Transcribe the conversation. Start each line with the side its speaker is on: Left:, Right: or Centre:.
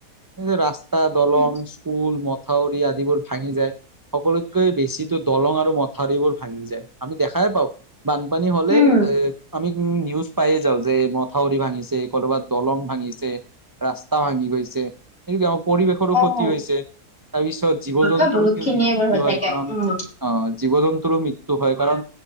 Right: এই যে ৰাস্তা দলং
Left: উম,
Right: স্কুল মত। মথাউৰি আদিবোৰ ভাঙি যায় সকলোতকৈ বেছি দলং আৰু মথাউৰি ঠাৰিবোৰ ভাঙি যায় আমি দেখাই পাওঁ বানপানী হলে
Left: উম,
Right: এ আমি। উম, নিউজ পায়ে যাওঁ যে মথাউৰি ভাঙিছে কৰোবাত দলং ভাঙিছে। ৰাস্তা ভাঙি গৈছে সটো কি আমাৰ পৰিৱেশৰো
Left: অ'
Right: ক্ষতি হৈছে। তাৰ পিছত জীৱ জন্তুৰো
Left: এ বহুত
Right: কিয়
Left: খিনিয়ে
Right: মৃত্যু
Left: বাৰু হৈ
Right: হয়
Left: থাকে
Right: কাৰণ
Left: উম,
Right: আহ। জীৱ জন্তুৰো মৃত্যুহয় কাৰণ